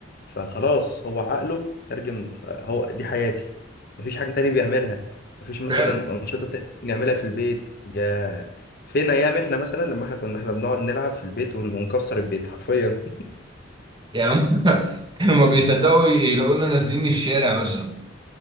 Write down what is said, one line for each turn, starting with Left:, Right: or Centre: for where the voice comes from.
Left: فخلاص هو عقله ترجم هو دي حياتي مفيش حاجه تاني بيعملها مفيش مثلا
Right: فعلا
Left: انشطه تانية نعملها في البيت يا فين ايام احنا مثلا لما احنا كنا احنا بنقعد نلعب في البيت ون- ونكسر البيت حرفيا
Right: يعني هم- <laughs> كانوا ما بيصدقوا يلاقونا نازلين الشارع مثلا